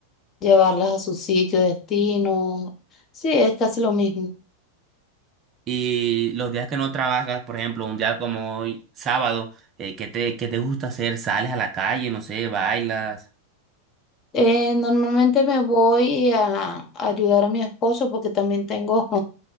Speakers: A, on the left; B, on the right.
A: llevarlas a su sitio, de destino. Sí, es casi lo mismo.
B: Y los días que no trabajas, por ejemplo, un día como hoy, sábado, eh, ¿qué te, qué te gusta hacer? ¿Sales a la calle? No sé, bailas.
A: Eh, normalmente me voy a, a ayudar a mi esposo porque también tengo <laughs>